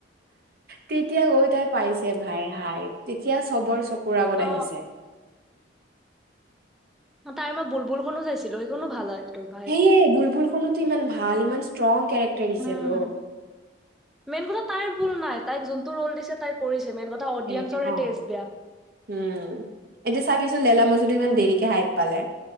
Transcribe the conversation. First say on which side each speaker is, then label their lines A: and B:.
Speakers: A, on the right; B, in the centre.
A: তেতিয়া গৈ তাই পাইছে ভাই হাই তেতিয়া চবৰ চকু আগত
B: অ
A: আহিছে-'
B: তাই মই বুলবুলখননো চাইছিলো ভাল হয় তোৰ ভাই
A: সেই বুলবুল তো ইমান ভাল ইমান ষ্ট্ৰং কেৰেক্টাৰ দিছে
B: উম
A: ব্ৰ।
B: মেইন কথা তাইৰ ভুল নাই তাইক যোনটো ৰুল দিছে তাই কৰিছে মেইন কথা অডিয়েঞ্চৰহে
A: সেনেকৈ অঁ
B: টেষ্ট বেয়া
A: উম এতিয়া চাবিচোন লেলা মছত ইমান দেৰি হাই পালে